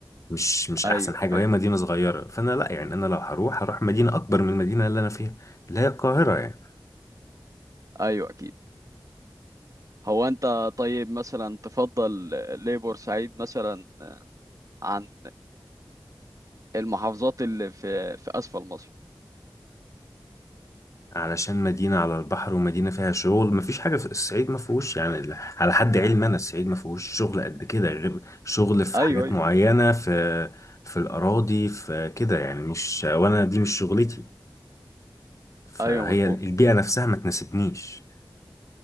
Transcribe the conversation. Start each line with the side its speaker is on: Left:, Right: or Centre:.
Left: مش مش
Right: ايوه
Left: احسن حاجه وهي
Right: ايوه
Left: مدينه صغيره فانا لا يعني انا لو هروح هروح مدينه اكبر من المدينه اللي انا فيها اللي هي القاهره يعني
Right: ايوه اكيد هو انت طيب مثلا تفضل ليه بورسعيد مثلا عن المحافظات اللي في في اسفل مصر
Left: علشان مدينة على البحر ومدينة فيها شغل مفيش حاجة في الصعيد ما فيهوش يعني ال- على حد علمي أنا الصعيد ما فيهوش شغل قد كده غير شغل في
Right: ايوه
Left: حاجات
Right: ايوه
Left: معينة في في الأراضي في كده يعني مش وأنا دي مش شغلتي فهي
Right: ايوه مظبوط
Left: البيئة نفسها ما تناسبنيش